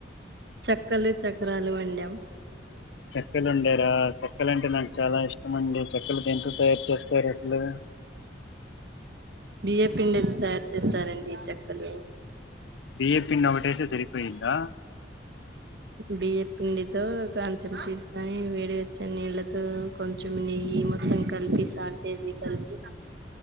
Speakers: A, on the right (about 65°); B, on the left (about 80°).
A: చక్కలు చక్రాలు వండాం
B: చెక్కలు ఉండరాా చెక్కలు అంటే నాకు చాలా ఇష్టం అండి చెక్కలు దేంతో తయారు చేస్తారు అసలు
A: బియ్యం పిండి తయారు చేస్తారండి చెక్కలు
B: బియ్యం పిండి ఒకటేస్తే సరిపోయిద్దా
A: బియ్య పిండితో కొంచెం తీసుకని వేడి వచ్చిన నీళ్ళతో కొంచెం నెయ్యి మొత్తం కలిపి సాల్ట్ ఏసి కలిపి